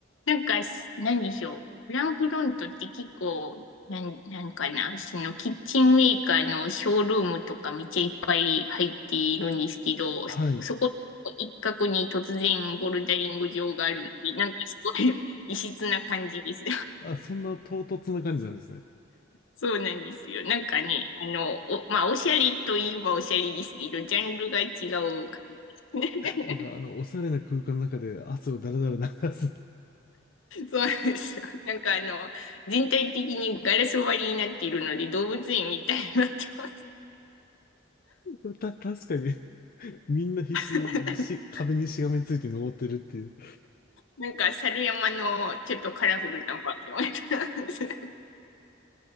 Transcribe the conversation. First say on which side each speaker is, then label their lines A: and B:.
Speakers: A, on the left; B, on the left.
A: なんか、す何でしょう。フランクフロントって結構、なん、なんかな、そのキッチンメーカーのショールームとかめっちゃいっぱい入っているんですけど、
B: <laughs>
A: そ、
B: はい。
A: そこ一角に突然ボルダリング場があるので、なんかすごい <laughs> 異質な感じです。
B: あ、そんな唐突な感じなんですね。
A: そうなんですよ。なんかね、あの、お、まあ、おしゃれといえばおしゃれですけど、ジャンルが違うから。<laughs>
B: なんか、あの、おしゃれな空間の中で汗をだらだら流す。
A: そうなんですよ。なんかあの、全体的にガラス割りになっているので、動物園みたいになってます。
B: <laughs> た、確かにみんな必死にし、
A: <laughs>
B: 壁にしがみついて登ってるっていう。
A: なんか、猿山のちょっとカラフルなバージョンみたいなんです。